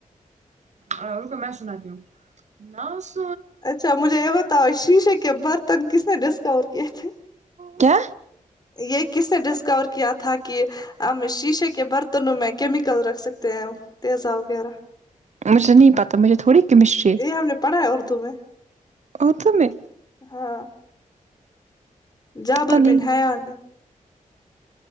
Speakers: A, on the right; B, on the left.
A: اور رکو میں سناتیوں <unintelligible> ن
B: اچھا مجھے یہ بتاؤ شیشے کے برتن کس نے ڈسکاور کیے تھے
A: کیا
B: یہ کس نے ڈسکور کیا تھا کہ ہم شیشے کے برتنوں میں کیمیکل رکھ سکتے ہیں تیزا وغیرہ
A: مجھے نہیں پتا مجھے تھوڑی کیمسٹری
B: یہ ہم نے پڑھا ہے اردو میں
A: اور تو میں
B: ہاں جابر
A: پتا نہیں
B: بن حیا نے